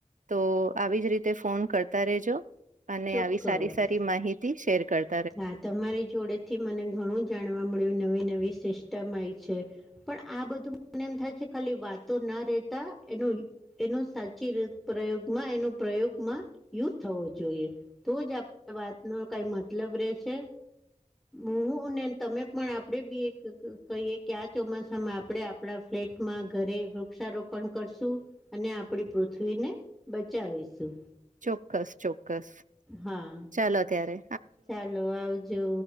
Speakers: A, on the right; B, in the centre.
A: તો આવી જ રીતે ફોન કરતા રેજો. અને
B: ચોક્કસ
A: આવી સારી સારી માહિતી શેર કરજો.
B: હા તમારી જોડે થી મને ઘણું જાણવા મળ્યું નવીન. કોઈ સિસ્ટમ‌ આવી છે, પણ આ બધું મને એમ થાય છે, ખાલી વાતો ના રે તા એનું. એ સાચી પ્રયોગમાં એનો પ્રયોગમાં યુઝ થવો જોઈએ, તો જ વાત ન કંઈ મતલબ રહેેશે. હું ને તમે પણ આપડે બી એક કહીએ કે આ ચોમાસામાં આપડે આપણા પેટમાં ઘરે વૃક્ષારોપણ કરશું, અને આપડી પૃથ્વીને બચાવીશું.
A: ચોક્કસ ચોક્કસ
B: હા
A: ચાલો અત્યારે.
B: ચાલો આવજો.